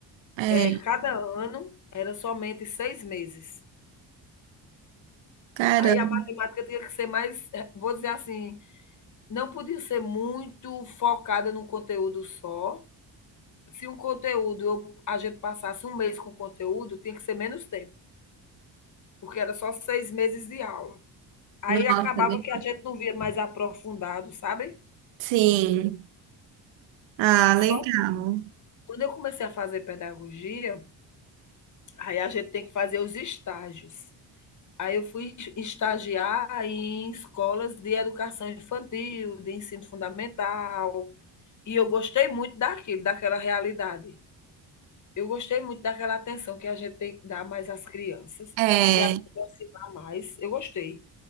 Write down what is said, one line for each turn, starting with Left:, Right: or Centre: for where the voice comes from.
Right: É,
Left: É cada ano era somente 6 meses.
Right: caramba.
Left: Aí a matemática tinha que ser mais, eh, vou dizer assim, não podia ser muito focada num conteúdo só. Se um conteúdo, eu- a gente passasse um mês com o conteúdo, tinha que ser menos tempo, porque era só seis meses de aula. Aí
Right: Nossa,
Left: acabava
Right: é
Left: que a gente não via mais aprofundado, sabe?
Right: Sim. Ah,
Left: Só
Right: legal.
Left: quando eu comecei a fazer pedagogia, aí a gente tem que fazer os estágios. Aí eu fui estagiar em escolas de educação infantil, de ensino fundamental, e eu gostei muito daquilo, daquela realidade. Eu gostei muito daquela atenção que a gente tem que dar mais às crianças,
Right: É,
Left: se aproximar mais. Eu gostei